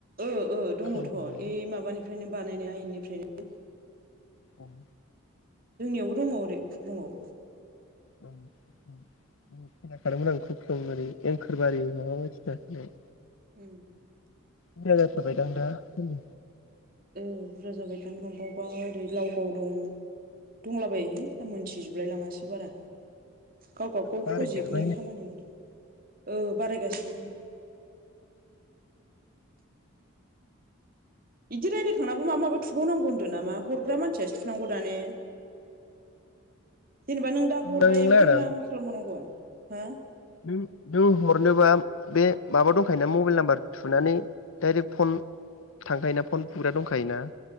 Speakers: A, on the right; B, on the left.
A: ओ ओ दङथ'
B: खोनादों
A: ए माबानिफ्रायनो बानायनाय आइननिफ्राय <unintelligible>
B: उम।
A: जोंनियाव बो दङ ओरै ओरै खुख्लङाव।
B: उम उम खोनाखादोंमोन आं खुख्लं ओरै एंखोरबारि माबा बायसिना होनाय।
A: उम।
B: बुरजा जाथारबाय दां दा उम।
A: ओ बुरजा जाबाय थां अबावबा ओरै लावगाव दं दंला बायोहाय आं मोनथि थिजोबलाय लाङासो बारा। गाव गाव गाव
B: बारायदेरबाय
A: प्रजेक्टनि खामानि ओ बारायगासि <unintelligible> बिदि रायलायखांनाबो मा माबो थुबावनांगौ होनदों नामा हरग्रा मानसियासो थुनांगौ दा ने जेनेबा नों दा
B: बुंनांला
A: हरबाय ओमफ्राय
B: आरो आं
A: मा मा खालामबावनांगौ हा
B: नों नों हरनोबा बे माबा दंखायोना मबाइल नाम्बार थुनानै डाइरेक्ट फन थांखायोना फन बुग्रा दंखायोना